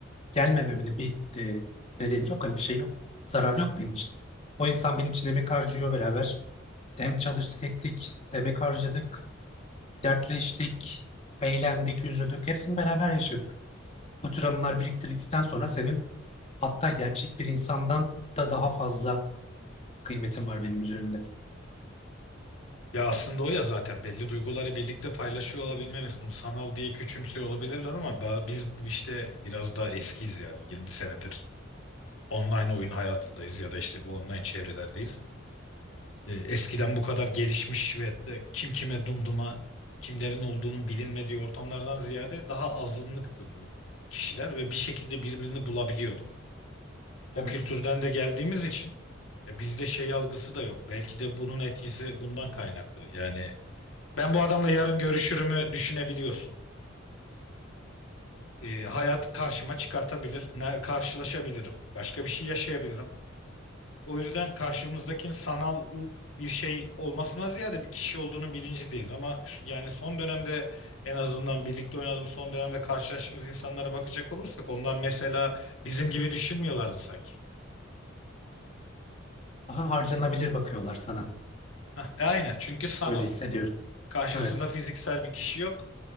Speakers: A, on the left (about 35°); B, on the left (about 80°).
A: gelmememin bir e, nedeni yok. Hani bir şey yok. Zarar yok benim için. O insan benim için emek harcıyor beraber. Hem çalıştık ettik, emek harcadık. Dertleştik, eğlendik, üzüldük. Hepsini beraber yaşadık. Bu tür anılar biriktirdikten sonra senin hatta gerçek bir insandan da daha fazla kıymetin var benim üzerimde.
B: Ya aslında o ya zaten belli duyguları birlikte paylaşıyor olabilmemiz. Bunu sanal diye küçümsüyor olabilirler ama ba- biz bu işte biraz daha eskiyiz yani 20 senedir online oyun hayatındayız ya da işte bu online çevrelerdeyiz. Ee, eskiden bu kadar gelişmiş ve hatta kim kime dumduma kimlerin olduğunun bilinmediği ortamlardan ziyade daha azınlıktı bu kişiler ve bir şekilde birbirini bulabiliyordu. O
A: Evet.
B: kültürden de geldiğimiz için ya bizde şey algısı da yok. Belki de bunun etkisi bundan kaynaklı. Yani ben bu adamla yarın görüşürümü düşünebiliyorsun. Ee, hayat karşıma çıkartabilir, ne- karşılaşabilirim, başka bir şey yaşayabilirim. O yüzden karşımızdakinin sanal bir şey olmasına ziyade bir kişi olduğunu bilincindeyiz. Ama şu, yani son dönemde en azından birlikte oynadığımız son dönemde karşılaştığımız insanlara bakacak olursak onlar mesela bizim gibi düşünmüyorlardı sanki.
A: Daha harcanabilir bakıyorlar sana.
B: Hah, e aynen çünkü sanal.
A: Böyle hissediyorum.
B: Karşısında
A: Evet.
B: fiziksel bir kişi yok